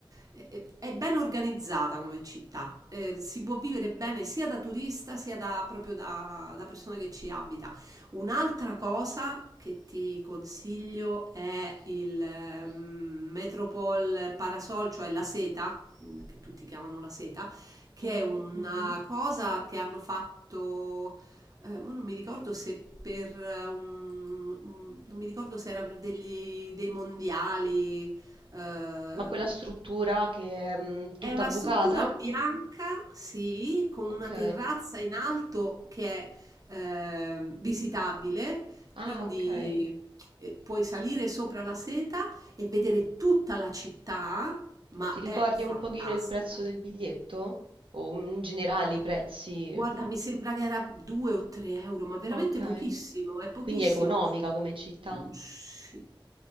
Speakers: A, on the right; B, on the right.
A: è, è- è ben organizzata come città, eh, si può vivere bene sia da turista sia da, proprio da, da persona che ci abita. Un'altra cosa che ti consiglio è il ehm, Metropol Parasol, cioè la seta, mh, che tutti chiamano la seta, che
B: Mhm.
A: è una Mhm. cosa che hanno fatto eh, mo non mi ricordo se per eh, un, un- non mi ricordo se era per degli, dei mondiali. eh,
B: Ma quella struttura che è mm, tutta
A: è una
B: bucata?
A: struttura bianca, sì, con
B: Ok.
A: una terrazza in alto che è eh, visitabile,
B: Ah,
A: quindi
B: ok.
A: eh, puoi salire sopra la seta e vedere tutta la città, ma
B: Ti ricordi
A: è fantastica.
B: un pochino il prezzo del biglietto? O in generale i prezzi?
A: Guarda, mi sembra che era 2 o 3 euro, ma veramente
B: Ok.
A: pochissimo, è pochissimo.
B: Quindi è economica come città?
A: Mhmm, sì.